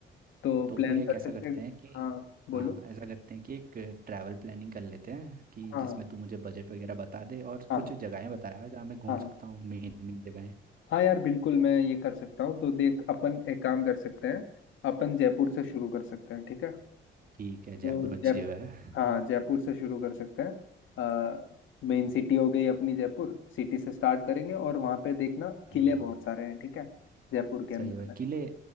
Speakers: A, on the left; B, on the right.
A: तो
B: तो
A: प्लान
B: फिर एक
A: कर
B: ऐसा
A: सकते
B: करते
A: हैं
B: हैं कि
A: हाँ बोलो
B: हाँ ऐसा करते हैं कि एक ट्रैवल प्लानिंग कर लेते हैं कि
A: हाँ
B: जिसमें तू मुझे बजट वगैरह बता दे और
A: हाँ
B: कुछ
A: हाँ
B: जगहें बता यार जहाँ मैं घूम
A: हाँ हाँ हाँ।
B: सकता हूँ मेन मेन जगहें
A: हाँ यार बिल्कुल मैं ये कर सकता हूँ तो देख अपन एक काम कर सकते हैं अपन जयपुर से शुरू कर सकते हैं ठीक है
B: ठीक है
A: तो
B: जयपुर अच्छी
A: जयपुर
B: जगह है
A: हाँ जयपुर से शुरू कर सकते हैं मेन सिटी हो गई अपनी जयपुर सिटी से स्टार्ट करेंगे और वहाँ पे देखना किले
B: हाँ
A: बहुत सारे हैं ठीक है जयपुर के अंदर
B: सही हुआ
A: में
B: किले